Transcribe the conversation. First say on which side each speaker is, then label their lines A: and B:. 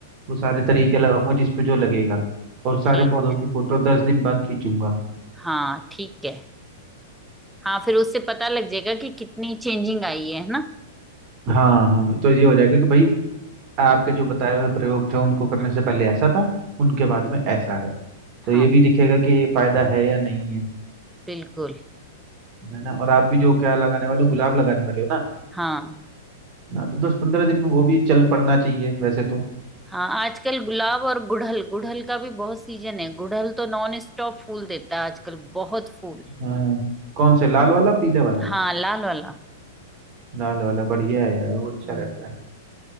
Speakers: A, on the right (about 35°); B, in the centre.
A: वो सारे तरीके लगाऊंगा जिस पे जो लगेगा और सारे
B: ठीक
A: पौधों की फोटो दस दिन बाद खींचूंगा
B: हाँ ठीक है हाँ फिर उससे पता लग जाएगा कि कितनी चेंजिंग आई है है ना
A: हाँ हाँ तो ये हो जाएगा कि भाई आपके जो बताए हुए प्रयोग थे उनको करने से पहले ऐसा था उनके बाद में ऐसा है तो
B: हाँ
A: ये भी
B: बिल-
A: दिखेगा कि ये फायदा है या नहीं है
B: बिल्कुल
A: है ना और आप भी जो क्या लगाने वाले हो गुलाब लगाने वाले हो ना
B: हाँ
A: हाँ तो दस पंद्रह दिन में वो भी चल पड़ना चाहिए वैसे तो
B: हाँ आजकल गुलाब और गुड़हल गुड़हल का भी बहुत सीजन है गुड़हल तो नॉन स्टॉप फूल देता है आजकल बहुत फूल
A: हाँ कौन से लाल वाला पीले वाला
B: हाँ लाल वाला
A: लाल वाला बढ़िया है यार वो अच्छा
B: हम्म
A: रहता है